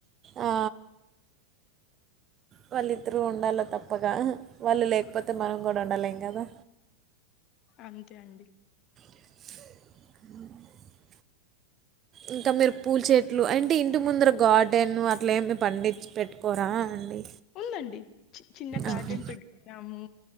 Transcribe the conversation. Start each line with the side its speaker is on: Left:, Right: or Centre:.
Right: ఆ వాళ్ళిద్దరూ ఉండాల తప్పగా వాళ్ళు లేకపోతే మనం కూడా ఉండలేం కదా
Left: అంతే అండి
Right: అ ఇంకా మీరు పూల్చేట్లు అంటే ఇంటి ముందర గార్డెన్ అట్లే ఏమి పండించి పెట్టుకోరా అండి
Left: ఉందండి చిన్న గార్డెన్
Right: ఆహా
Left: పెట్టుకున్నాము